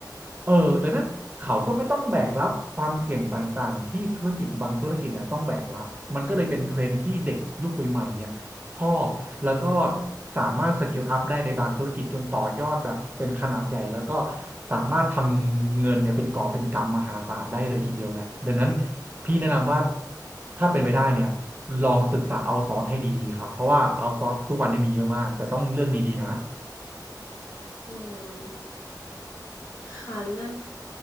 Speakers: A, on the right; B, on the left.
A: เออดังนั้นเขาก็ไม่ต้องแบกรับความเสี่ยงต่างๆที่ธุรกิจบางธุรกิจเนี่ยต้องแบกรับมันก็เลยเป็นเทรนด์ที่เด็กยุคใหม่ๆเนี่ยชอบแล้วก็สามารถสกิลอัพได้ในบางธุรกิจจนต่อยอดแบบเป็นขนาดใหญ่แล้วก็สามารถทำเงินเนี่ยเป็นก่อบเป็นกำมหาศาลได้เลยทีเดียวแหละดังนั้นพี่แนะนำว่าถ้าเป็นไปได้เนี่ยลองศึกษาเอาซอร์สให้ดีๆครับเพราะว่าเอาซอร์สทุกวันนี้มีเยอะมากแต่ต้องเลือกดีๆนะ
B: อืมค่ะนะ